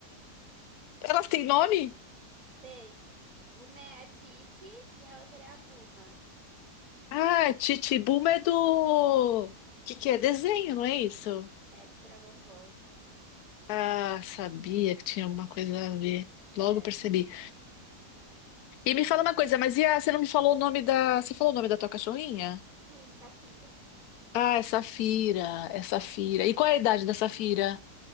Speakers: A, on the left; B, on the right.
A: Elas têm nome?
B: Tem. Uma é a Titi e a outra é a Buma.
A: Ah, Chichibuba é do. Que que é? Desenho, não é isso?
B: É do Dragon Ball.
A: Ah, sabia que tinha alguma coisa a ver.
B: É.
A: Logo percebi. E me fala uma coisa, mas e a, você não me falou o nome da. Você falou o nome da tua cachorrinha?
B: Sim, Safira.
A: Ah, é Safira. É Safira. E qual é a idade da Safira?